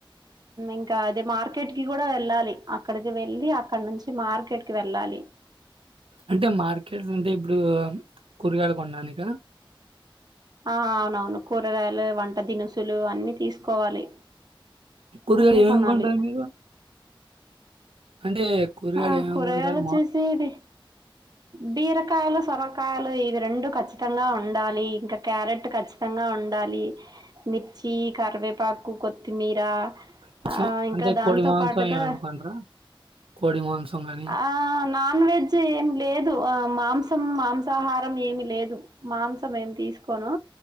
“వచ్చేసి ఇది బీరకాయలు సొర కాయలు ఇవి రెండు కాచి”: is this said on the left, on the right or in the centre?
Right